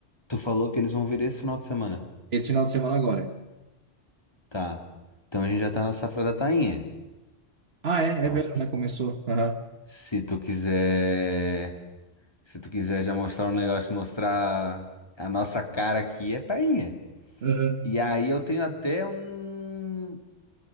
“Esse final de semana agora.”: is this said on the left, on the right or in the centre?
Right